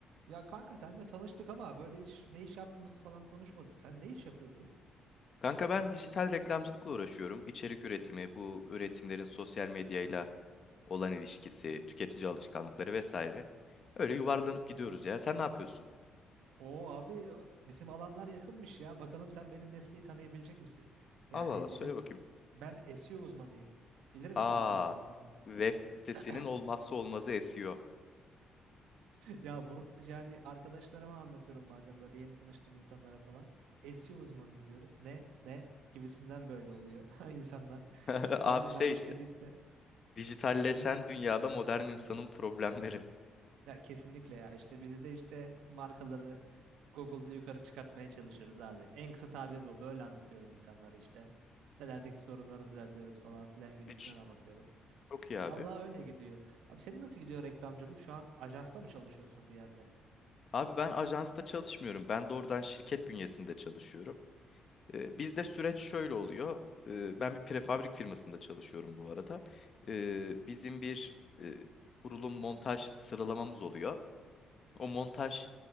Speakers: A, on the right; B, on the left.
A: Ya kanka senle tanıştık ama böyle hiç ne iş yaptığımızı falan konuşmadık. Sen ne iş yapıyordun?
B: Kanka ben dijital reklamcılıkla uğraşıyorum. İçerik üretimi, bu üretimlerin sosyal medyayla olan ilişkisi, tüketici alışkanlıkları vesaire. Öyle yuvarlanıp gidiyoruz ya. Sen ne yapıyorsun?
A: Oo abi e, bizim alanlar yakınmış ya. Bakalım sen benim mesleği tanıyabilecek misin? Yani
B: Allah Allah söyle
A: bizim
B: bakayım.
A: ben SEO uzmanıyım. Bilir misin
B: Aa,
A: SEO uzmanlığını?
B: web sitesinin
A: <laughs>
B: olmazsa olmazı SEO.
A: Ya burada yani arkadaşlarıma anlatıyorum bazen böyle yeni tanıştığım insanlara falan. SEO uzmanıyım diyorum. Ne? Ne? gibisinden böyle oluyor <laughs> insanlar.
B: <laughs> Abi
A: Aynen
B: şey
A: abi
B: işte.
A: işte biz de
B: Dijitalleşen
A: biz
B: dünyada modern insanın problemleri.
A: Ya kesinlikle ya işte biz de işte markaları Google'da yukarı çıkartmaya çalışıyoruz abi. En kısa tabir bu. Böyle anlatıyorum insanlara işte. Sitelerdeki sorunları düzeltiyoruz falan filan gibisinden
B: Hiç.
A: anlatıyorum.
B: Çok iyi abi.
A: Vallahi öyle gidiyor. Abi senin nasıl gidiyor reklamcılık? Şu an ajansta mı çalışıyorsun bir yerde?
B: Abi ben ajansta çalışmıyorum. Ben doğrudan şirket bünyesinde çalışıyorum. E, Bizde süreç şöyle oluyor. E, Ben bir prefabrik firmasında çalışıyorum bu arada. E, Bizim bir e, kurulum montaj sıralamamız oluyor. O montaj